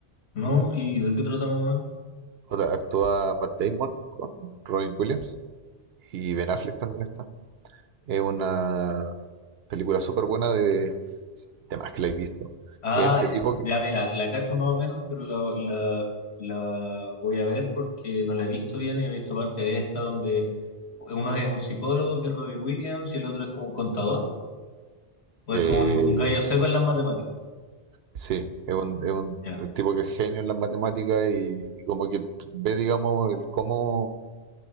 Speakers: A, on the left; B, on the right.
A: ¿no? ¿Y de qué trata más o menos?
B: Otra, actúa Matt Damon con Robin Williams y Ben Affleck también está. Es una película súper buena de. De más que la he visto.
A: Ah,
B: Este
A: eh,
B: tipo que.
A: ya mira, la cacho más o menos, pero la, la- la voy a ver porque no la he visto bien y he visto parte de esta donde uno es un psicólogo que es Robbie Williams y el otro es como un contador o
B: eh,
A: es como un, un gallo seco en las matemáticas.
B: sí, es un, es un
A: Ya,
B: tipo que es genio en las matemáticas y, y como que ve, digamos, el cómo